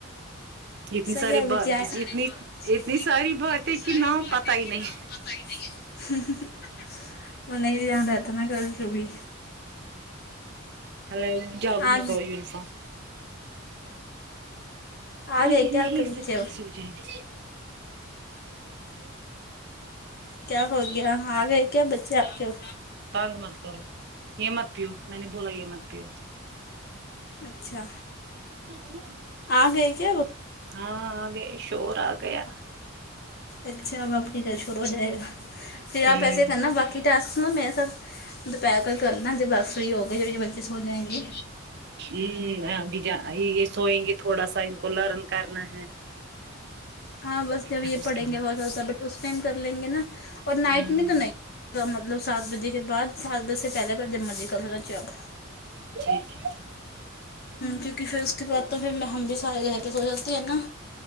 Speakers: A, on the right; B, on the left.
A: اتنی
B: صحیح
A: ساری
B: اور
A: با
B: بچے ہے ارے
A: اتنی
B: ب اتنی
A: ساری باتیں
B: اتنی ساری
A: کہ نام
B: بات
A: پتا
B: ہے
A: ہی
B: کہ
A: نہیں
B: نہ پتا ہی نہیں ہے وہ نہیں دھیان رہتا نا کبھی کبھی
A: ہیلو جاؤ
B: آ
A: نکلو یوننیفارم ہاں
B: آ گئے
A: یہ
B: کیا
A: نہیں
B: آپ کے
A: اس
B: بچے
A: سے کھاسی ہو جائے گی
B: کیا ہو گیا آ گئے کیا بچے آپ کے ہو
A: تنگ مت کرو یہ مت پیو میں نے بولا یہ مت پیو
B: اچھا
A: یہ کیا ہے
B: آ گئے کیا وہ
A: ہاں آ گئے شور آ گیا
B: اچھا اب آپ کے گھر شروع ہو جائے گا پھر آپ
A: ہمم
B: ایسے کرنا باقی ٹاسک نا میں سب دوپھر کو کرنا جب آپ فری ہو گئے جبھی بچے سوجاینگے
A: یہ ابھی کیا یہ سوئیں گے تھوڑا سا ان کو لرن کرنا ہے
B: ہاں بس جب
A: پھر
B: یہ
A: اس
B: پڑھیں
A: کے بعد
B: گے بہت زیادہ بٹ اس ٹائم کر لیں گے نا اور نائٹ
A: ہمم
B: میں تو نہیں کا مطلب سات بجے کے بعد سات بجے سے پہلے گھر جمنی کل رچ آب
A: ٹھیک ہے
B: کیونکہ پھر اس کے بعد تو پھر ہم بھی سارے گھر پہ سو جاتے ہیں نا